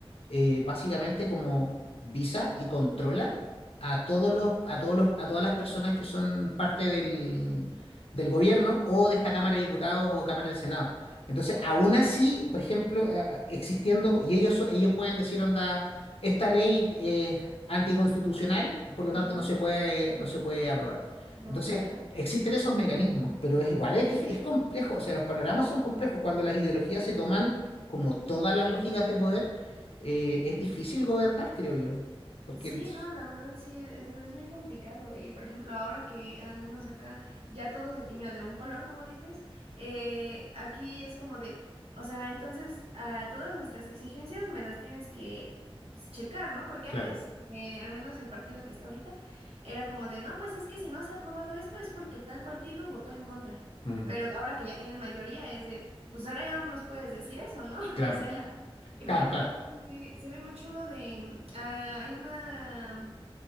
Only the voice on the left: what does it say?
eh, básicamente como visa y controla a todos los, a todos los, a todas las personas que son parte del, del gobierno o de esta Cámara de Diputados o Cámara del Senado. Entonces, aún así, por ejemplo, eh, eh, existiendo, y ellos, so- ellos pueden decir, onda, esta ley es anticonstitucional, por lo
tanto no se puede, no se puede aprobar.
Entonces,
existen esos mecanismos, pero es igual, es, dif- es complejo, o sea, los panoramas
son complejos cuando las ideologías se toman como todas las lógicas de poder, eh, es difícil gobernar, creo yo, porque
el-
Claro.
Mm,
claro,
claro,
claro.